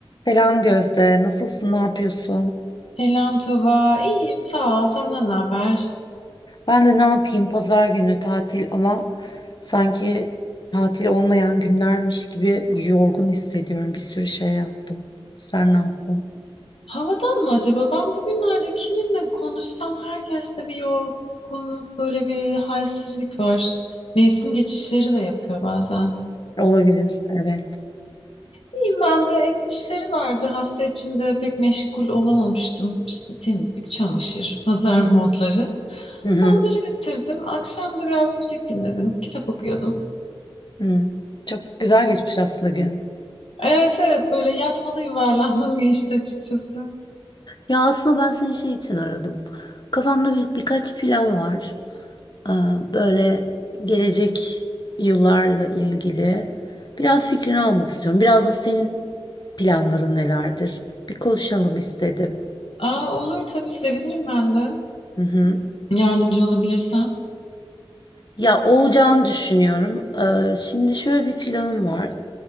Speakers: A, on the left; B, on the left.
A: Selam Gözde, nasılsın, ne yapıyorsun?
B: Selam Tuba. İyiyim sağ ol. Senden ne haber?
A: Ben de ne yapayım, pazar günü tatil ama sanki tatil olmayan günlermiş gibi yorgun hissediyorum. Bir sürü şey yaptım. Sen ne yaptın?
B: Havadan mı acaba? Ben bugünlerde kiminle konuşsam herkeste bir yorgunluk, böyle bir halsizlik var. Mevsim geçişleri de yapıyor bazen.
A: Olabilir, evet.
B: İyiyim ben de evin işleri vardı. Hafta içinde pek meşgul olamamıştım. İşte temizlik, çamaşır, pazar modları.
A: Hı hı.
B: Onları bitirdim. Akşam da biraz müzik dinledim. Kitap okuyordum.
A: hı. Çok güzel geçmiş aslında gün.
B: Evet evet böyle yatmalı yuvarlanmalı geçti açıkçası.
A: Ya aslında ben seni şey için aradım. Kafamda bir, birkaç plan var. Aa, Böyle gelecek yıllarla ilgili biraz fikrini almak istiyorum. Biraz da senin planların nelerdir? Bir konuşalım istedim.
B: Aa olur tabii sevinirim ben de.
A: Hı hı.
B: Yardımcı olabilirsem.
A: Ya olacağını düşünüyorum. Ee, Şimdi şöyle bir planım var.